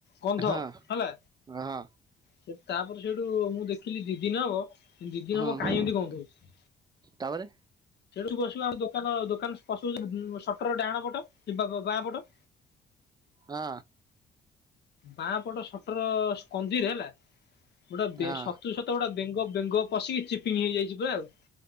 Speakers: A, on the left; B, on the right.
A: ଗନ୍ଧ
B: ହଁ
A: ହେଲା।
B: ହଁ
A: ସେ ତାପରେ ସେଇଠୁ ମୁଁ ଦେଖିଲି ଦି ଦିନ ହବ ଦି ଦିନ
B: ହୁଁ
A: ହବ କାଇଁ ଏମତି ଗନ୍ଧଉଚି।
B: ତାପରେ
A: ସେଉଠୁ ବସିବ ଆମ ଦୋକାନ ଦୋକାନ ପସୁ ପସୁ ଉଁ ସଟରର ଡାହାଣ ପଟ କିମ୍ବା ବାଁ ପଟ।
B: ହଁ।
A: ବାଁ ପଟ ସଟର ସ୍କନ୍ଦିରେ ହେଲା ଗୋଟେ ବେ
B: ହଁ
A: ସତୁକୁ ସତ ଗୋଟେ ବେଙ୍ଗ ବେଙ୍ଗ ପଶିକି ଚିପିଙ୍ଗ୍ ହେଇଯାଇଚି ପୁରା ଆଉ।